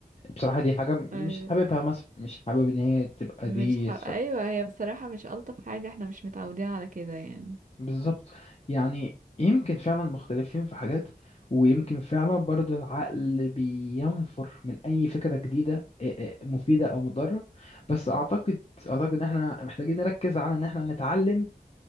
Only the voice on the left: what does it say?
بصراحة دي حاجة مش
حاببها مثلا مش حابب ان هي تبقى
دي
بالظبط يعني يمكن فعلا مختلفين في حاجات ويمكن فعلا برضو العقل بينفر من أي فكرة جديدة إيه إيه، مفيدة أو مضرة بس أعتقد أعتقد إن إحنا محتاجين نركز على إن إحنا نتعلم